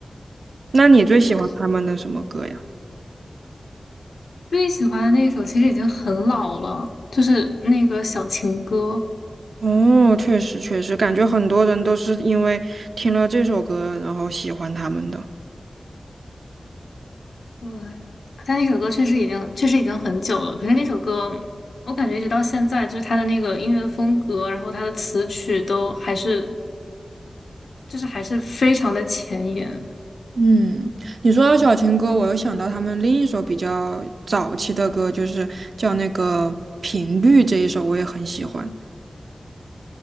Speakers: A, on the right (about 75°); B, on the left (about 85°).
A: 那你最喜欢他们的什么歌呀？
B: 其实最喜欢的那一首其实已经很老了，就是那个《小情歌》。
A: 哦，确实确实，感觉很多人都是因为听了这首歌，然后喜欢他们的。
B: 对，但那首歌确实已经确实已经很久了。可是那首歌，我感觉一直到现在，就是它的那个音乐风格，然后它的词曲都还是就是还是非常的前沿，
A: 嗯，你说到小情歌，我又想到他们另一首比较早期的歌，就是叫那个《频率》这一首，我也很喜欢。